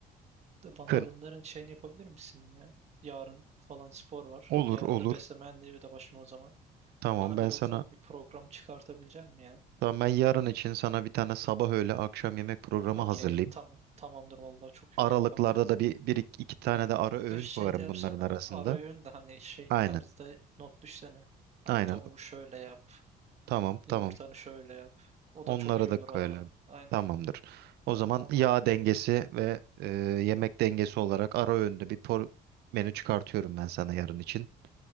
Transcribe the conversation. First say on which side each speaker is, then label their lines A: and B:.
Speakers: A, on the right; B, on the right.
A: De bana
B: Kır
A: bunların şeyini yapabilir misin ya? Yarın falan spor var.
B: olur
A: Yarın
B: olur.
A: da beslenme mühendiği de başım o zaman.
B: Tamam
A: Bana
B: ben
A: böyle
B: sana
A: ufak bir program çıkartabilecek mi ya?
B: tamam ben yarın için sana bir tane sabah öğle akşam yemek programı
A: Okey,
B: hazırlayayım.
A: tamam. Tamamdır vallahi çok
B: Aralıklarda
A: iyi olur kanka.
B: da bir, bir iki, iki tane de ara öğün
A: Bir şey
B: koyarım
A: de yapsana.
B: bunların arasında.
A: Ara öğün de hani şey
B: Aynen.
A: tarzda not düşsene. Hani
B: Aynen.
A: tavuğu şöyle yap,
B: Tamam
A: yumurtanı
B: tamam.
A: şöyle yap. O
B: Onlara
A: da çok iyi
B: da
A: olur
B: koyalım.
A: valla. Aynen.
B: Tamamdır. O zaman
A: Tamam.
B: yağ dengesi ve e, yemek dengesi olarak ara öğünde bir por- menü çıkartıyorum ben sana yarın için.